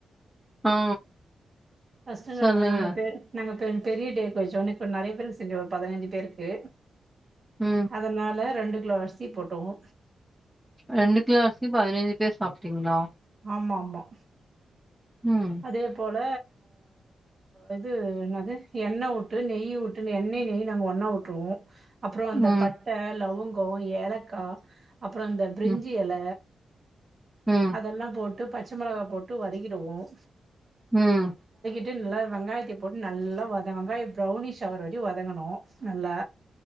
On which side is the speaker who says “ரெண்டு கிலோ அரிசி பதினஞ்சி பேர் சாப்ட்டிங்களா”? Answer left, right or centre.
Centre